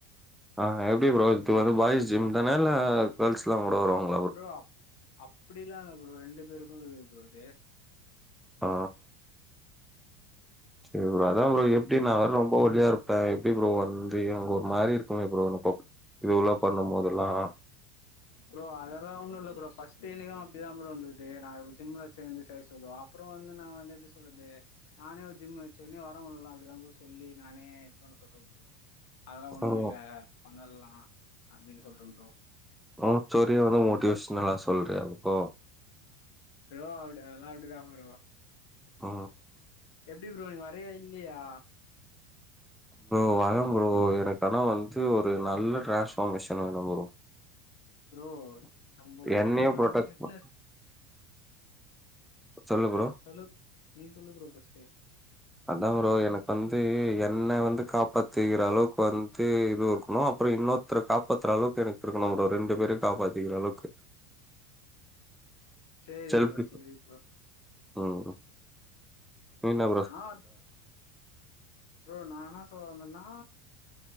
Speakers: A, in the centre; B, on the left (about 65°).
A: ஆ எப்டி ப்ரோ இது வந்து பாய்ஸ் ஜிம் தான இல்ல கேள்ஸ்லா கூட வருவாங்க
B: ப்ரோ அப்டிலா இல்ல ப்ரோ ரெண்டு பேருக்கு இருக்குது ப்ரோ இது
A: அ சரி ப்ரோ அதா ப்ரோ எப்டி நா வேற ரொம்ப ஓல்லியா இருப்ப எப்டி ப்ரோ வந்து அங்க ஓ மாரி இருக்குமே ப்ரோ னுக்கோ இதுவுளா பண்ணும் போதெலா
B: ப்ரோ அதெல்லா ஒன்னுல்ல ப்ரோ பர்ஸ்ட் எனக்கு அப்டிதா ப்ரோ இந்துது நா ஜிம்ல சேந்து செய்ய சொல்லவ அப்ற வந்து நா வந்து எப்டி சொல்றது நானே ஒரு ஜிம் வச்சு ஒன்னே வரவங்களுக்குள்ள அப்டிதான் ப்ரோ சொல்லி நானே இது பண்ண சொல்ற ப்ரோ அத
A: ப்ரோ
B: ஒண்ணு இல்ல பண்ணலா அப்டின் சொல்றம் ப்ரோ
A: ஒ ஸ்டோரிய வந்து மோட்டிவேஷ்னலா சொல்றியா ப்ரோ
B: ப்ரோ அப்டி அதலா அப்டி தா ப்ரோ
A: ஆ
B: எப்டி ப்ரோ நீ வரைய இல்லையா
A: ப்ரோ வரம் ப்ரோ எனக்கனா வந்து ஒரு நல்ல டிரான்ஸ்பார்மேஷன் வேணும் ப்ரோ
B: ப்ரோ‌ நம்ப
A: என்னையே
B: சேனல்ல
A: புரொடெக்ட்
B: வந்து ஃபிட்னஸ்
A: ப சொல்லு ப்ரோ
B: சொலுப் நீ சொல்லு ப்ரோ ஃபர்ஸ்ட்
A: அதான் ப்ரோ எனக் வந்து என்ன வந்து காப்பாத்திகிற அளவுக்கு வந்து இது இருக்குணு அப்பற இன்னொ த்ற காப்பாத்ற அளவுக்கு எனக்கு இருக்கு ப்ரோ ரெண்டு பேரும் காப்பாத்திக்கறளவுக்கு
B: சரி
A: செல்பி
B: ப்ரோ சரி ப்ரோ
A: ம் நீஎன்னா
B: ஆக் ப்ரோ நா என்னா சொல்ல வந்தனா